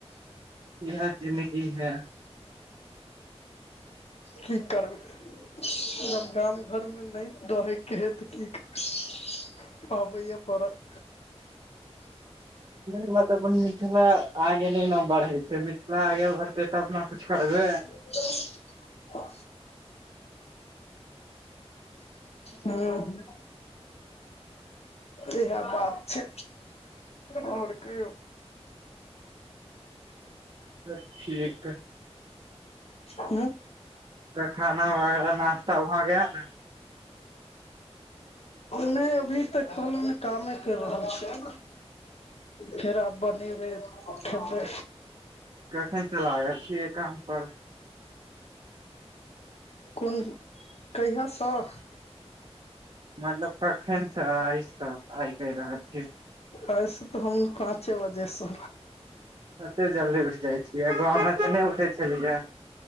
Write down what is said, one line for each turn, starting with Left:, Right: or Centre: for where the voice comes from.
Right: इएह जिन्दगी है।
Left: की करबै सब काम नहि देके हे तऽ की कर आबैया पड़त
Right: तऽ अपन मिथिला आगे नहि ने बढ़ै छै मिथिला आगे बढ़ते तऽ अपना कुछु करबै
Left: <unintelligible> हू हू इएह बात छै आओर कहियो
Right: ठीक
Left: हू
Right: तऽ खाना वगैरह नाास्ता भऽ गेल
Left: नहि अभी तऽ कहलहु ने कामे करि रहल छियै खाइर आब बनीबे खबे
Right: कखन सऽ लागल छियै काम पर
Left: कोन कहिया सऽ
Right: मतलब कखन सऽ आइसँ आइ कहि रहल छी
Left: ऐस तऽ हम पाँचे बजे से
Right: एते जल्दी उठ जाइ छियै गाँवमे त नहि उठे छलियै